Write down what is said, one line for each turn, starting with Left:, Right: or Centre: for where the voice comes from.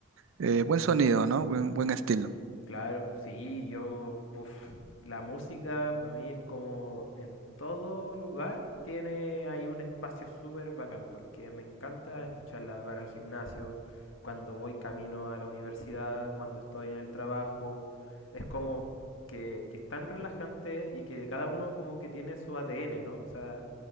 Right: eh, buen sonido, ¿no? Buen, buen estilo.
Left: Claro, sí, yo, puf, la música para mí es como en todo lugar tiene ahí un espacio súper bacán porque me encanta escucharla para el gimnasio, cuando voy camino a la universidad, cuando estoy en el trabajo, es como que, que es tan relajante y que cada uno como que tiene su ADN, ¿no? O sea,